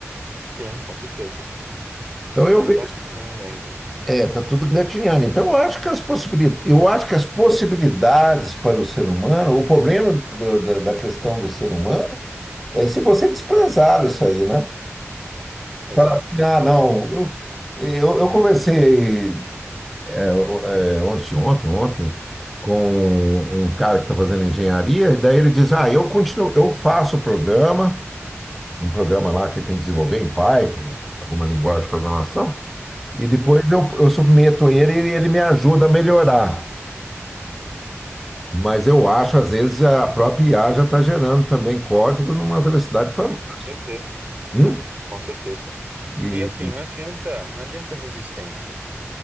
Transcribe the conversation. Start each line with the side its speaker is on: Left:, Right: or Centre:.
Right: Sim, com certeza.
Centre: Então eu
Right: Tá
Centre: vejo
Right: engatinhando ainda.
Centre: É, tá tudo engatinhando. Então, eu acho que as possibilidades, eu acho que as possibilidades para o ser humano, o problema do- da, da questão do ser humano é se você desprezar isso aí, né? Você
Right: Exato.
Centre: Falar assim, ah, não, eu, eu, eu conversei é, o- é, ontem, ontem, ontem, com um cara que está fazendo engenharia, e daí ele diz, ah, eu continuo, eu faço o programa, um programa lá que tem que desenvolver em Python, alguma linguagem de programação. E depois
Right: Sim,
Centre: eu, eu submeto ele e ele me ajuda a melhorar. Mas eu acho, às vezes, a própria IA já está gerando também código numa velocidade fantástica.
Right: com certeza.
Centre: Hum?
Right: Com certeza.
Centre: E,
Right: E assim, não adianta, não adianta resistência.